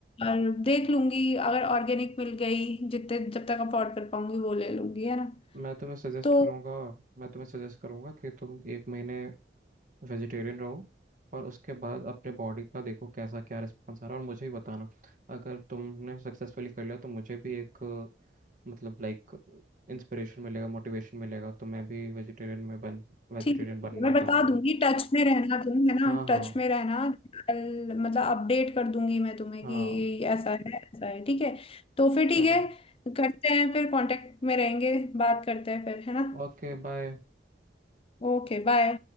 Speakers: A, on the left (about 30°); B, on the right (about 45°).
A: और देख लूंगी अगर ऑर्गेनिक मिल गई जितने जब तक अफोर्ड कर पाऊंगी वो ले लूंगी है ना
B: मैं तुम्हें सजेस्ट
A: तो
B: करूँगा मैं तुम्हें सजेस्ट करूँगा कि तुम एक महीने वेजिटेरियन रहो और उसके बाद अपने बॉडी का देखो कैसा क्या रिस्पॉन्स आ रहा है और मुझे भी बताना अगर तुमने सक्सेसफुली कर लिया तो मुझे भी एक मतलब लाइक इंस्पिरेशन मिलेगा मोटिवेशन मिलेगा तो मैं भी वेजिटेरियन में बन वेजिटेरियन
A: ठीक
B: बनना
A: है मैं
B: चाहूँगा
A: बता दूंगी टच में रहना तुम है ना
B: हाँ हाँ
A: टच में रहना कल मतलब अपडेट कर दूंगी मैं तुम्हें
B: हाँ
A: कि ऐसा है ऐसा है ठीक है तो फिर
B: चलो
A: ठीक है करते हैं फिर कांटेक्ट में रहेंगे बात करते हैं फिर है ना
B: ओके बाय
A: Okay bye